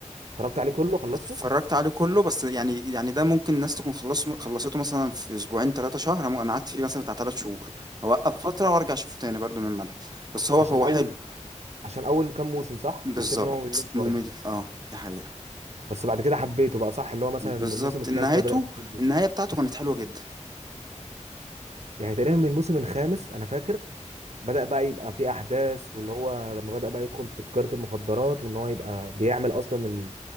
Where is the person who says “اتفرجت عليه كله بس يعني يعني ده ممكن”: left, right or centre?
Right